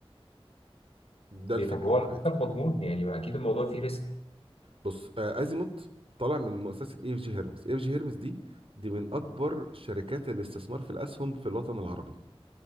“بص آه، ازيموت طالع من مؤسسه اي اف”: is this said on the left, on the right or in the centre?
Right